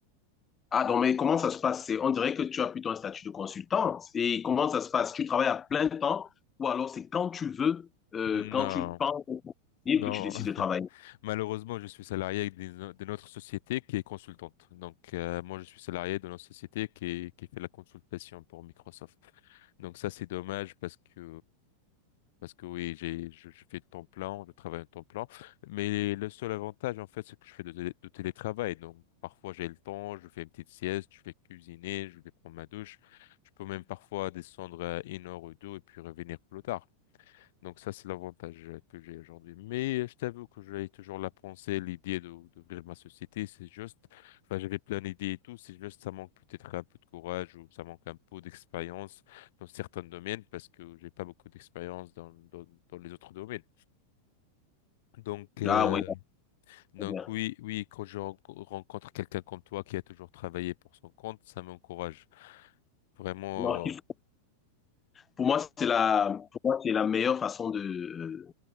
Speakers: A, on the left (about 20°); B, on the left (about 55°).
A: Ah non, mais comment ça se passe? C'est- On dirait que tu as plutôt un statut de consultante Et comment ça se passe? Tu travailles à plein temps ou alors c'est quand tu veux, euh,
B: Non.
A: quand tu penses au libre
B: Non,
A: que tu décides
B: <laughs>
A: de travailler.
B: malheureusement, je suis salarié d'une d'une autre société qui est consultante. Donc, euh, moi, je suis salarié de notre société qui, qui fait la consultation pour Microsoft. Donc, ça, c'est dommage parce que, parce que oui, j'ai, je, je fais le temps plein, je travaille en temps plein. Mais le seul avantage, en fait, c'est que je fais de, télé- de télétravail. Donc, parfois, j'ai le temps, je fais une petite sieste, je vais cuisiner, je vais prendre ma douche. Je peux même parfois descendre à une heure ou deux et puis revenir plus tard. Donc ça, c'est l'avantage euh, que j'ai aujourd'hui. Mais euh, je t'avoue que j'avais toujours la pensée, l'idée de d'ouvrir ma société. C'est juste, enfin, j'avais plein d'idées et tout. C'est juste, ça manque peut-être un peu de courage ou ça manque un peu d'expérience dans certains domaines parce que j'ai pas beaucoup d'expérience dans, dans, dans les autres domaines. Donc, euh,
A: Ah oui,
B: donc
A: très bien.
B: oui, oui, quand je ren- rencontre quelqu'un comme toi qui a toujours travaillé pour son compte, ça m'encourage vraiment.
A: Non, <laughs>
B: euh,
A: Pour moi, c'est la, pour moi, c'est la meilleure façon de, euh,